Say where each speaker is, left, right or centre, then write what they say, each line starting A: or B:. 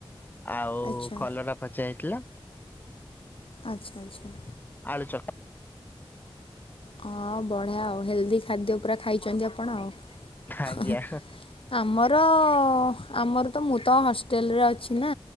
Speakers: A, on the left; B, on the left.
A: ଆଉ
B: ଆଚ୍ଛା
A: କଲରା ଭଜା ହେଇଥିଲା।
B: ଆଚ୍ଛା! ଆଚ୍ଛା!
A: ଆଳୁ ଚକ୍
B: ହଁଅଁ ବଢିଆ ଆଉ ହେଲଦି ଖାଦ୍ୟ ପୁରା ଖାଇଚନ୍ତି ଆପଣ ଆଉ।
A: ଆଜ୍ଞା
B: ହଅ ହଁ ଆମର ଅଁ ଆମର୍ ତ ମୁଁ ତ ହଷ୍ଟେଲରେ ଅଛି ନା